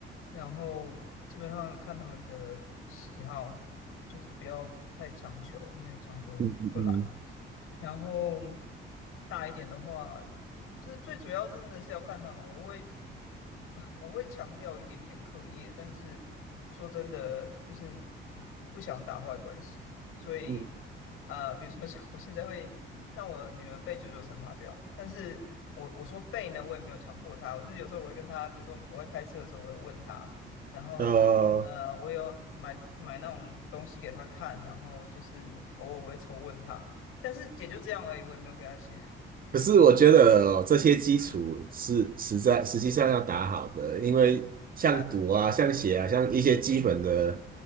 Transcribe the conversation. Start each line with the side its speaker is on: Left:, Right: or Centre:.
Left: 然后基本上看他们的喜好，就是不要太强求，因为强求不来。
Right: 嗯嗯嗯
Left: 然后大一点的话，不是最主要，真的是要看他们。我会我会强调一点点课业，但是说真的，就是你你不想打坏关系，所以呃，
Right: 嗯，
Left: 比如说像我现在会让我女儿背九九乘法表，但是我我说背呢，我也没有强迫她，我就是有时候我会跟她，比如说我们我会开车的时候，我会问她，然后呃，
Right: 呃，
Left: 我有买买那种东西给她看，然后就是偶尔我会抽问她，但是也就这样而已，我也没有给她写习作簿。
Right: 可是我觉得哦这些基础是实在实际上要打好的，
Left: 嗯，
Right: 因为像读啊、
Left: 嗯
Right: 像写啊、像一些基本的